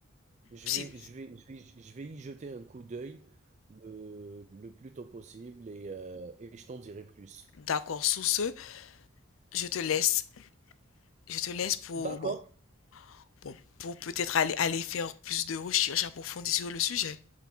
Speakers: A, on the right; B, on the left.
A: je
B: Si-
A: vais je vais je vais je vais y jeter un coup d'œil le le plus tôt possible et heu, et je t'en dirai plus.
B: d'accord, sous ce, je te laisse, je te laisse pour,
A: D'accord,
B: bon, pour, pour peut-être aller, aller faire plus de recherches approfondies sur le sujet.